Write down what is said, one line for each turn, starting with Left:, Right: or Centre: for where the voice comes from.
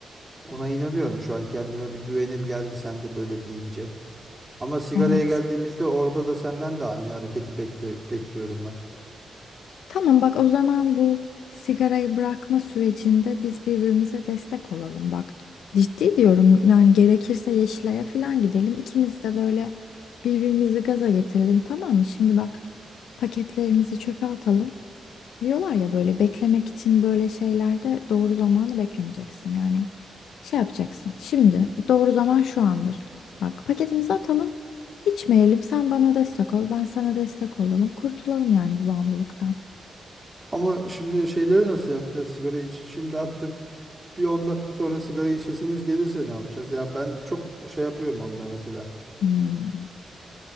Right: Ona inanıyorum şu an kendime bir güvenim geldi sen de böyle deyince. Ama sigaraya
Left: Evet.
Right: geldiğimizde orada da senden de aynı hareketi bekle, bekliyorum ben.
Left: Tamam bak o zaman bu sigarayı bırakma sürecinde biz birbirimize destek olalım bak. Ciddi diyorum yani gerekirse Yeşilay'a falan gidelim. İkimiz de böyle birbirimizi gaza getirelim tamam mı? Şimdi bak paketlerimizi çöpe atalım. Diyorlar ya böyle beklemek için böyle şeylerde doğru zamanı beklemeyeceksin. Yani şey yapacaksın. Şimdi doğru zaman şu andır. Bak paketimizi atalım. içmeyelim. Sen bana destek ol. Ben sana destek olalım. Kurtulalım yani bu bağımlılıktan.
Right: Ama şimdi şeyleri nasıl yapacağız? Sigara iç, şimdi attık. Bir 10 dakika sonra sigara içesimiz gelirse ne yapacağız? Ya ben çok şey yapıyorum onda mesela.
Left: Hmm.